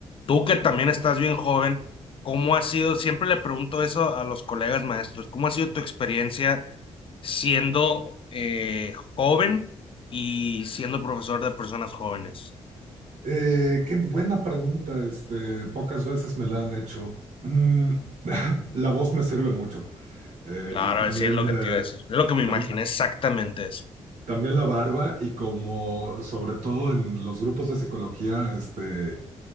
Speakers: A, on the left (about 45°); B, on the right (about 75°).
A: tú que también estás bien joven, ¿cómo ha sido? Siempre le pregunto eso a los colegas maestros, ¿cómo ha sido tu experiencia siendo eh, joven y siendo profesor de personas jóvenes?
B: Eh, qué buena pregunta, este, pocas veces me la han hecho. Mm, <laughs> la voz me sirve mucho. Eh,
A: Claro,
B: y también,
A: sí es lo que
B: eh,
A: te iba a decir. Es lo que me imaginé
B: tam-
A: exactamente
B: también la barba y como sobre todo en los grupos de psicología, este,